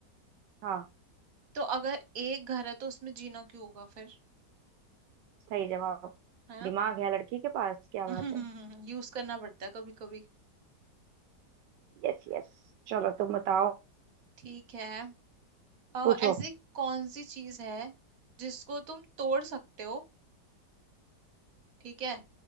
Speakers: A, on the right; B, on the right.
A: हाँ
B: तो अगर एक घर है तो उसमें जीना क्यों होगा फिर
A: सही जवाब
B: है ना?
A: दिमाग है लड़की के पास क्या
B: <laughs>
A: बात है
B: यूज करना पड़ता है कभी कभी
A: Yes yes चलो तुम बताओ
B: ठीक है अ,
A: पूछो
B: ऐसी कौन सी चीज है जिसको तुम तोड़ सकते हो ठीक है